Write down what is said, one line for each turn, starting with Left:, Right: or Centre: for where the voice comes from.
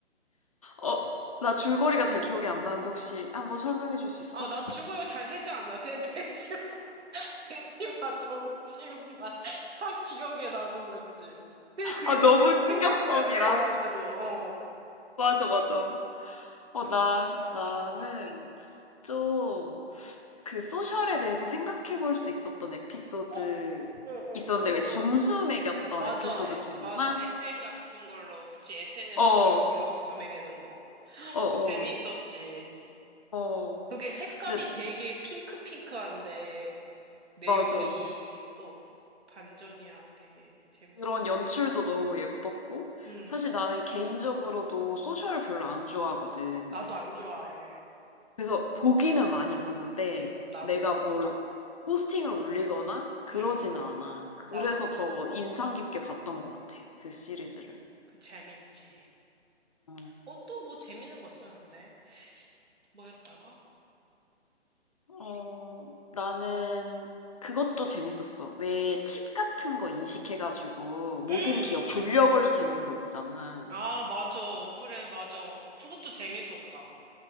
Left: 어, 나 줄거리가 잘 기억이 안 나는데 혹시 한번 설명해 줄 수 있어?
Right: 아, 나도 줄거리가 잘 생각 안 나. 그냥 <laughs> 대치 대치만, <laughs> 정치인만 <laughs> 딱 기억에 나는 거 있지. 근데 그게
Left: 아,
Right: 너무
Left: 너무 충격적이라.
Right: 충격적이어가지고, 어.
Left: 맞아, 맞아. 어,
Right: 그거
Left: 나,
Right: 진짜,
Left: 나는
Right: 응.
Left: 좀 그 소셜에 대해서 생각해 볼 수 있었던 에피소드
Right: 어, 어, 어,
Left: 있었는데
Right: 어.
Left: 왜 점수 매겼던
Right: 맞아,
Left: 에피소드
Right: 에,
Left: 기억나?
Right: 맞아. SN 같은 걸로, 그치, SNS
Left: 어,
Right: 같은 걸로 점수 매기는 거.
Left: 어, 어,
Right: 그 재밌었지.
Left: 어.
Right: 그게 색감이
Left: 근데
Right: 되게 핑크핑크한데, 내용이
Left: 맞아.
Right: 또 반전이라 되게 재밌었어.
Left: 그런 연출도 너무 예뻤고
Right: 응,
Left: 사실 나는 개인적으로도 소셜을 별로 안 좋아하거든.
Right: 나도 안 좋아해.
Left: 그래서 보기는 많이 보는데
Right: 나도,
Left: 내가
Right: 나도.
Left: 뭘 포스팅을 올리거나 그러지는
Right: 응,
Left: 않아. 그래서
Right: 나도.
Left: 더 인상 깊게 봤던 것 같아. 그 시리즈를.
Right: 그 재밌지.
Left: 어,
Right: 어, 또 뭐 재밌는 거 있었는데? 뭐였더라?
Left: 어, 나는 그것도 재밌었어. 왜 칩 같은 거 인식해가지고 모든
Right: 음!
Left: 기억 돌려볼 수 있는 거 있잖아.
Right: 아, 맞아. 그래, 맞아. 그것도 재밌었다.